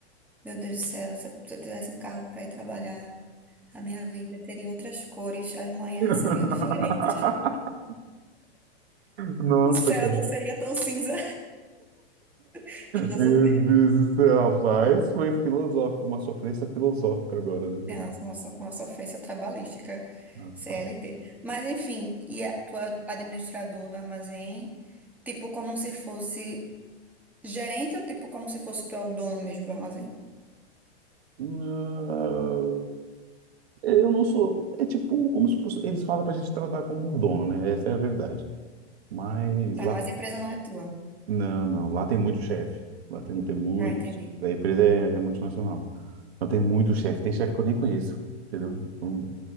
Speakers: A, in the centre; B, on the right (about 65°).
A: meu Deus do céu, se eu se eu tivesse um carro para ir trabalhar, a minha vida teria outras cores, as manhãs
B: <laughs>
A: seriam diferentes. <laughs>
B: Nossa,
A: O céu
B: cara.
A: não seria tão cinza. <laughs> Filosofia.
B: Meu Deus do céu, rapaz, foi filosófico, uma sofrência filosófica agora, né? velho?
A: É uma, uma so- uma sofrência trabalhística,
B: Rapaz.
A: CLT. Mas, enfim, e a, tu é administrador do armazém, tipo como se fosse gerente ou tipo como se fosse tu é o dono mesmo do armazém?
B: Ah, Eu não sou. É tipo como se fosse. Eles falam pra gente tratar como um dono, né? Essa é a verdade. Mas
A: Tá,
B: lá.
A: mas a empresa não é tua.
B: Não, não. Lá tem muito chefe. Lá tem, tem muito.
A: Ah, entendi.
B: A empresa é, é multinacional. Então tem muito chefe. Tem chefe que eu nem conheço. Entendeu? Então,